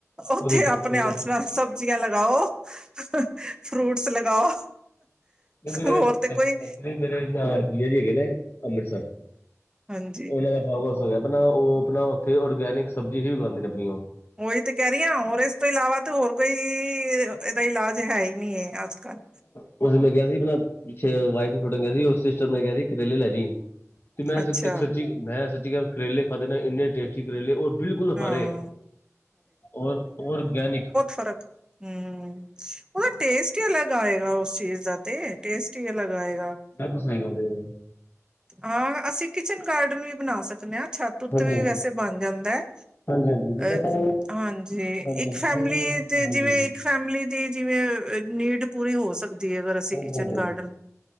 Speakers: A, on the right; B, on the left.
A: ਉੱਥੇ
B: ਉਹਦੇ ਚ
A: ਆਪਣੇ
B: ਉਹ
A: ਹੱਥ ਨਾਲ ਸਬਜ਼ੀਆਂ ਲਗਾਓ। ਫਰੂਟਸ ਲਗਾਓ,
B: ਮੇਰੇ
A: ਹੋਰ ਤੇ ਕੋਈ
B: ਐਕਚੁਲੀ ਮੇਰੇ ਇਹਨਾਂ ਵਰਗੀ ਹੈਗੀ ਏ ਨੇ ਅੰਮ੍ਰਿਤਸਰ,
A: ਹਾਂਜੀ
B: ਉਹਨਾਂ ਦਾ ਹਾਂ ਬਸ ਹੋ ਗਿਆ, ਆਪਣਾ ਉਹ ਆਪਣਾ ਉੱਥੇ ਔਰਗੈਨਿਕ ਸਬਜ਼ੀ ਹੀ ਉਗਾਉਂਦੇ ਨੇ, ਆਪਣੀ ਉਹ।
A: ਉਹੀ ਤੇ ਕਹਿ ਰਹੀ ਆਂ, ਹੋਰ ਇਸ ਤੋਂ ਇਲਾਵਾ ਤੇ ਹੋਰ ਕੋਈ ਐਦਾ ਇਲਾਜ ਹੈ ਈ ਨੀ ਏ ਅੱਜ-ਕੱਲ।
B: ਉਸ ਦਿਨ ਮੈਂ ਗਿਆ ਸੀ ਮੈਂ ਨਾ ਪਿੱਛੇ ਵਾਈਫ ਨੂੰ ਛੱਡਨ ਗਿਆ ਸੀ ਓ ਸਿਸਟਰ ਨੇ ਕਿਆ ਸੀ ਕਰੇਲੇ ਲੈ ਜੀ। ਤੇ ਮੈਂ
A: ਅੱਛਾ
B: <unintelligible> ਕਿਆ ਸੱਚੀ ਮੈਂ ਸੱਚੀ ਕਰੇਲੇ ਖਾਦੇ ਨਨ ਇੰਨੇ ਟੇਸਟੀ ਕਰੇਲੇ ਓਰ ਬਿਲਕੁਲ
A: ਹਾਂ
B: ਹਰੇ ਓਰ ਓਰਗੈਨਿਕ।
A: ਫਰਕ ਹੂੰ, ਉਦਾ ਟੇਸਟ ਈ ਅਲੱਗ ਆਏਗਾ ਓਸ ਚੀਜ਼ ਦਾ ਤੇ ਟੇਸਟ ਈ ਅਲੱਗ ਆਏਗਾ।
B: ਐ ਤੇ ਸਈ ਗਲ ਏਐ।
A: ਹਾਂ, ਅਸੀਂ ਕਿਚਨ ਗਾਰਡਨ ਵੀ ਬਣਾ ਸਕਨੇ ਆ, ਛੱਤ ਉੱਤੇ
B: ਹਾਂਜੀ
A: ਵੀ ਵੈਸੇ ਬਣ ਜਾਂਦਾ ਐ।
B: ਹਾਂਜੀ ਹਾਂਜੀ ਮੈਂ
A: ਅਛ
B: ਤਾਂ
A: ਹਾਂਜੀ
B: ਹਾਂਜੀ
A: ਇੱਕ
B: ਹਾਂਜੀ
A: ਫੈਮਲੀ
B: ਹਾਂਜੀ
A: ਤੇ ਜਿਵੇਂ
B: ਹਾਂਜੀ
A: ਇੱਕ ਫੈਮਿਲੀ ਦੀ ਜਿਵੇਂ ਨੀਡ ਪੂਰੀ ਹੋ ਸਕ ਦੀ ਅਗਰ ਅਸੀਂ ਕਿਚਨ
B: ਹਾਂਜੀ
A: ਗਾਰਡਨ,